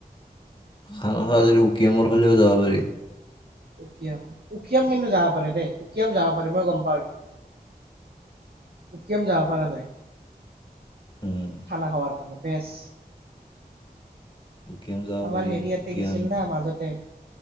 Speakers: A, on the left; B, on the right.
A: খানা খা যদি উকিয়ামৰ ফালেও যাব পাৰি।
B: উকিয়াম- উকিয়াম কিন্তু যাব পাৰে দেই উকিয়াম যাব পাৰে, মই গম পাওঁ এইটো উকিয়াম যাব পাৰা যায়।
A: উম,
B: খানা -খোৱাৰ কাৰণে। বেছ,
A: উকিয়াম যাব
B: আমাৰ
A: পাৰি
B: হেৰিয়াতে
A: উকিয়াম
B: গেছিল না মাজতে,